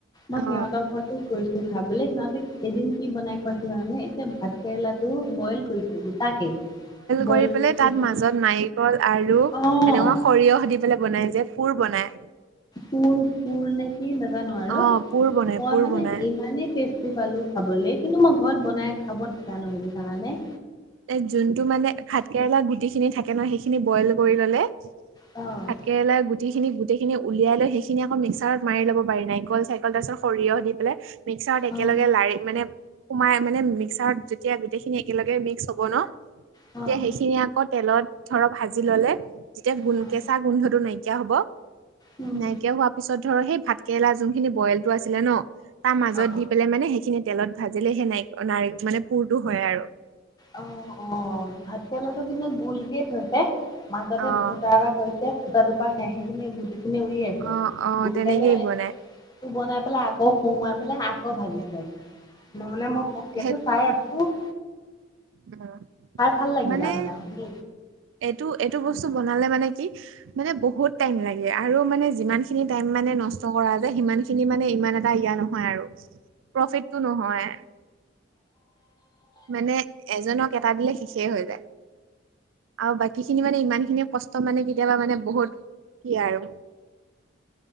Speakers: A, on the left; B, on the right.
A: মই
B: অ
A: সিহঁতৰ ঘত কৰিছো খাবলে সিহঁতে এদিন কি বনাই খোৱাইছিলে জানানে, এতিয়া ভাত কেৰেলাটো বইল কৰিছে গোটাকে, বইল
B: কৰি পেলাই
A: কৰি
B: তাত মাজত নাৰিকল আৰু এনেকুৱা
A: অ',
B: সৰিয়হ দি পেলাই বনাই যে পোৰ বনাই।
A: কোৰ পোৰ নে কি নাজাানো আৰু
B: অ পুৰ বনাই
A: মই
B: পুৰ
A: মানে
B: বনাই
A: ইমানেই। টেষ্টি পালো খাবলৈ কিন্তু মই ঘৰত বনাই খাব নাজানো জানানে।
B: এ যোনটো মানে ভাত কেৰেলা গুটি খিনি থাকে ন সেইখিনি বইল কৰি ললে,
A: অ',
B: ভাত কেৰেলা গুটি। সেইখিনি গোটেইখিনি উলিয়াই লৈ সেইখিনি আকৌ মিক্সাৰত মাৰি লব পাৰি, নাৰিকল-চাৰিকল তাৰ পিছত সৰিয়হ দি পেলাই মিক্সাৰত
A: অ',
B: একেলগে লাৰি মানে সোমাই মানে মিক্সাৰত যেতিয়া গোটেই খিনি একেলগে মিক্স হ <unintelligible> তেতিয়া
A: অ',
B: সেইখিনি আকৌ তেলত ধৰক ভাজি ললে। যেতিয়া গোন্
A: অ',
B: কেঁচা গোন্ধটো নাইকিয়া হব,
A: উম,
B: নাইকিয়া হোৱা পিছত ধৰ সেই ভাত কেৰেলা যোনখিনি বইলটো আছিলে ন, তাৰ মাজত
A: অ',
B: দি পেলাই মানে সেই খিনি তেলত ভাজিলে সে নাইক নাৰক মানে পুৰটো হয় আৰু।
A: অ', অ', ভাত কেৰেলাটো কিন্তু গোলকে থৈছে, মাজতে
B: অ
A: ফুতা এটা কৈছে <inaudible> সুতা টোপা সে-সেইখিনি গুটিখিনি উলিয়াইছো,
B: অ অ
A: উলিয়াই
B: তেনেকেই
A: লৈ
B: বনাই
A: বনাই পেলাই আকৌ সুমোৱাই পেলাই আকৌ ভাজিছে। মই মানে মই প্ৰক্ৰিয়াটো
B: সেই
A: চাই আছো। পু।
B: <inaudible>
A: ভাল লাগিল
B: মানে,
A: আৰু সেইদিনাখন
B: এইটো-এইটো বস্তু বনালে মানে কি মানে বহুত টাইম লাগে আৰু মানে যিমান খিনি টাইম মানে নষ্ট কৰা যায় সিমান খিনি মানে ইমান এটা ইয়াৰ নহ হয় আৰু, প্ৰফিতটো নহয়। মানে এজনক এটা দিলে শেষে হৈ যায়, আৰু বাকী খিনি মানে ইমান খিনিয়ে কষ্ট ত মানে কেতিয়াবা মানে বহুত, কি আৰু।